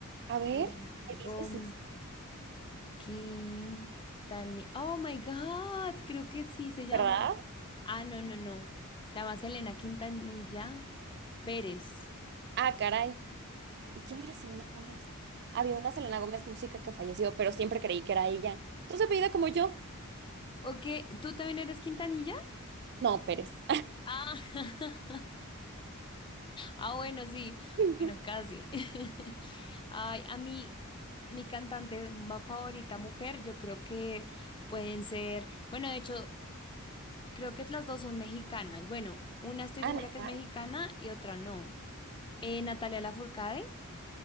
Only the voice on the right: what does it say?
A ver,
¿qué dices? Sí, sí,
¿Verdad?
Ah, caray. ¿Y quién era Selena Gómez? Había una Selena Gómez música que falleció, pero siempre creí que era ella. Entonces, apellida como yo.
No, Pérez.
<laughs>
Ah,
¿neta?